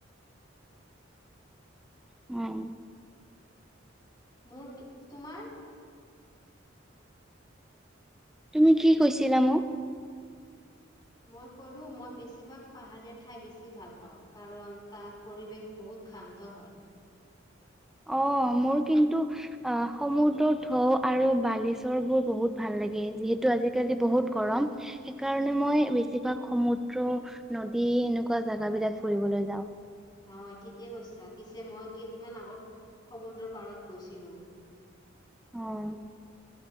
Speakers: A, in the centre; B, on the left (about 20°).
A: অ'।
B: মোৰ কি, তোমাৰ?
A: তুমি কি কৈছিলা মোক?
B: মই ক'লো মই বেছিভাগ পাহাৰীয়া ঠাই বেছি ভাল পাওঁ, কাৰণ তাত পৰিৱেশ বহুত শান্ত হয়।
A: অ' মোৰ কিন্তু আহ', সমুদ্ৰ ঢৌ আৰু বালিচৰ বোৰ বহুত ভাল লাগে, যিহেতু আজি-কালি বহুত গৰম। সেইকাৰণে মই বেছিভাগ সমুদ্ৰ, নদী এনেকুৱা জেগা বিলাক ফুৰিবলৈ যাওঁ।
B: হয় ঠিকে কৈছা, পিছে মই কেইদিনমান আগত, সমুদ্ৰ পাৰত গৈছিলো।
A: অ',